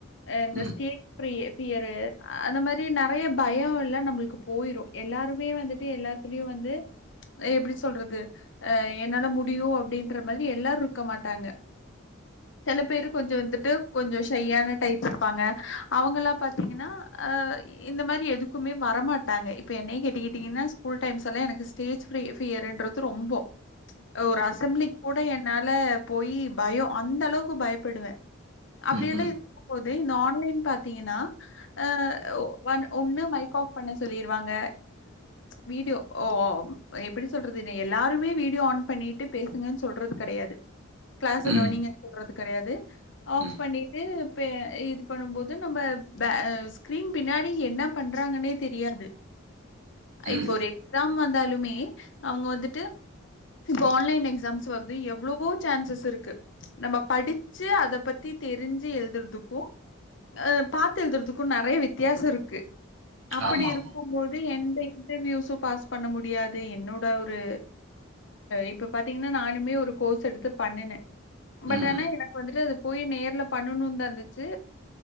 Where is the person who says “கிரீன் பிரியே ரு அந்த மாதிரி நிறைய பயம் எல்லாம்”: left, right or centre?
Left